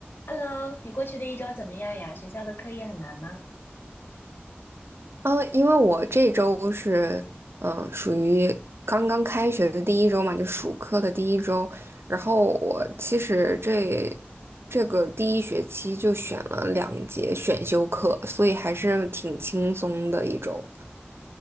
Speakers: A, on the left; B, on the right.
A: Hello，你过去的一周怎么样呀？学校的课业很难吗？
B: 呃，因为我这周是嗯，属于刚刚开学的第一周嘛，就暑课的第一周。然后我其实这这个第一学期就选了两节选修课，所以还是挺轻松的一周。